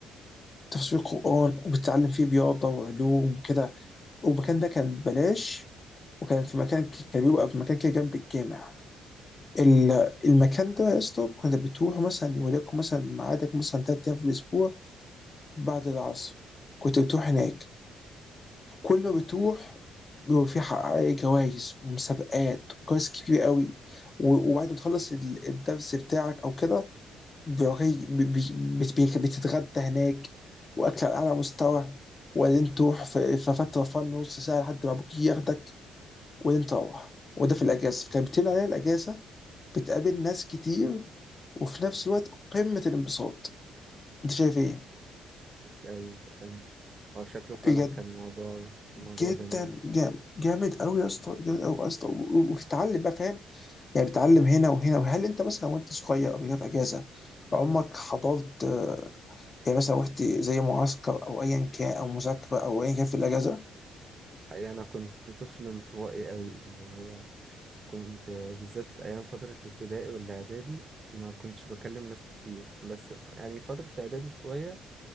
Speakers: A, on the left; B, on the right.
A: تحفظ فيه القرآن وبتتعلم فيه رياضة وعلوم وكده والمكان ده كان ببلاش وكان في مكان ك- كان بيبقى في مكان كده جنب الجامع ال- المكان ده يا اسطى كنا بتروح مثلا وليكن مثلا ميعادك مثلا تلات أيام في الأسبوع بعد العصر كنت بتروح هناك كل ما بتروح بيبقى في ح- جوائز ومسابقات وجوائز كبيرة قوي و- وبعد ما تخلص ال- الدرس بتاعك أو كده بيعي- بي- بي- بت- بتتغدى هناك واكل على اعلى مستوى وبعدين تروح في في فتره فن نص ساعه لحد ما ابوك ياخدك وبعدين تروح وده في الاجازه فكانت بتمنع عليها الاجازه بتقابل ناس كتير وفي نفس الوقت قمه الانبساط انت شايف ايه؟
B: ايوه كان هو شكله فعلا
A: بجد
B: كان موضوع موضوع
A: جدا
B: جميل
A: جامد جامد قوي يا اسطى جامد قوي يا اسطى و- و- وبتتعلم بقى فاهم يعني بتتعلم هنا وهنا وهل انت مثلا وانت صغير قبل كده في اجازه عمرك حضرت يعني مثلا رحت زي معسكر او ايا كان او مذاكره او ايا كان في الاجازه
B: الحقيقة انا كنت طفل انطوائي قوي اللي هو كنت بالذات ايام فترة الابتدائي والاعدادي ما كنتش بكلم ناس كتير بس يعني فترة الاعدادي شوية